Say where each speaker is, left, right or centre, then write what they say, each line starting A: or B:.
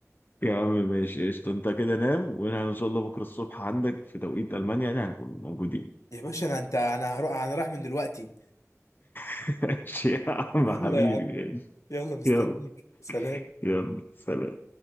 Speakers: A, on the left; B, on the left.
A: يا عم ماشي قشطة انت كده نام وانا ان شاء الله بكره الصبح عندك في توقيت المانيا يعني هنكون موجودين
B: يا باشا انا انت انا هروح انا رايح من دلوقتي
A: <laughs> ماشي يا عم
B: يلا
A: حبيبي
B: يا عم يلا مستنيك
A: يلا
B: سلام
A: يلا سلام